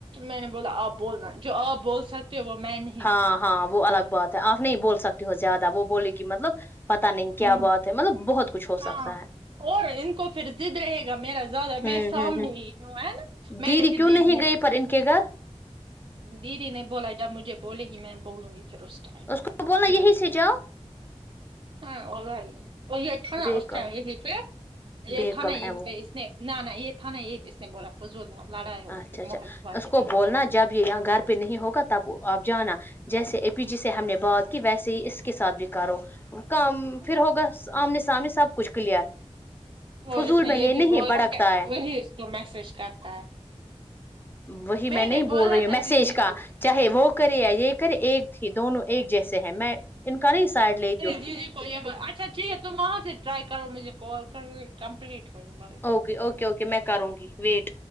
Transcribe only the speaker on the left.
ہاں ہاں وہ الگ بات ہے آپ نہیں بول سکتی ہو زیادہ وہ بولے گی مطلب پتا نہیں کیا
بات ہے مطلب بہت کچھ ہو
سکتا ہے
ہے
ہوں
ہوں
دیدی
کیوں
نہیں
گئی پر ان کے گھر
اس کو بولا
یہی
سے جاؤ
بےکل
بےکل
ہے
وہ
اچھا اچھا
اس
کو
بولنا
جب یہ یہاں گھر پہ نہیں ہوگا تب وہ آب جانا جیسے اے پی جی سے ہم نے بات کی ویسے ہی اس کے ساتھ بھی کرو کام پھر ہوگا آمنے سامنے سب کچھ کلیئر
فضول
میں
نہیں
بھڑکتا
ہے
وہی میں نہیں
بول رہی ہوں
میسج
کا
چاہے وہ کرے یا یہ کرے ایک تھی دونوں ایک جیسے ہیں میں ان کا نہیں سائڈ لے
اوکے اوکے اوکے میں کروں گی ویٹ